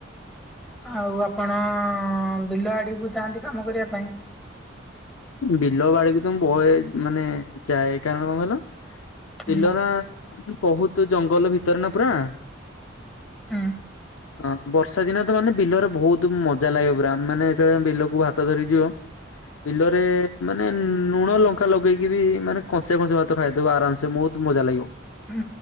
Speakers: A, in the centre; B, on the left.
A: ଆଉ ଆପଣ ବିଲ ବାଡିକୁୁ ଯାଆନ୍ତି କାମ କରିବା ପାଇଁ।
B: ବିଲ ବାଡିକୁ ତ ମୁ ବହେ ମାନେ ଯାଏ କାରଣ କଣ କହିଲ?
A: ହୁଁ
B: ପଲ ନା <inaudible> ବହୁତ ଜଙ୍ଗଲ ଭିତରେ ନା ପୁରା
A: ହଁ <inaudible>
B: ହଁ ବର୍ଷା ଦିନ ତ ମାନେ ବିଲରେ ବହୁତ ମଜା ଲାଗେ ପୁରା ମାନେ ଯେତେବେଳେ ବିଲକୁ ଭାତ ଧରି ଯିବ ବିଲରେ ମାନେ ଲୁଣ ଲଙ୍କା ଲଗେଇକି ବି ମାନେ କଂସେ କଂସେ ଭାତ ଖାଇଦବ ଆରାମସେ ବହୁତ ମଜା ଲାଗିବ।
A: ଉଁ